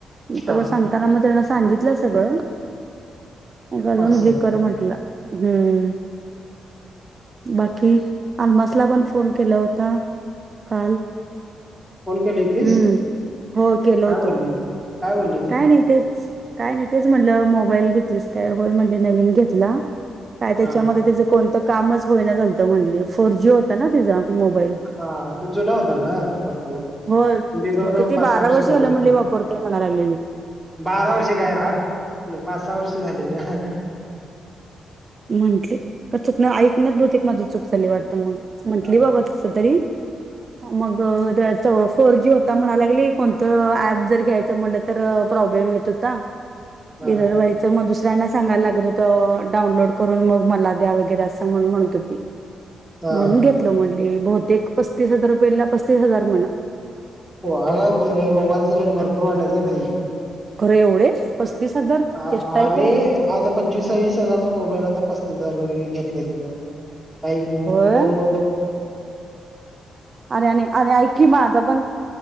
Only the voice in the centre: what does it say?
हा
अस
फोन केली होतीस
काय
बोलली काय बोलली ती
हा
हा तो जुना होता का भरपूर?
म्हणजे जवळजवळ
पाच
सहा वर्ष
झाले
फोन
बारा वर्षे काय आठ न पाच-सहा वर्ष झाली का?
हा
हा
हा
हो अग <unintelligible> मोबाईलचे रेट भरपूर वाढलेत गं बाई
अ
अरे
आता पंचवीस-सव्वीस हजारचा मोबाईल आता पस्तीस हजाराचा घेतलंय तिनं ऐक ग
म भ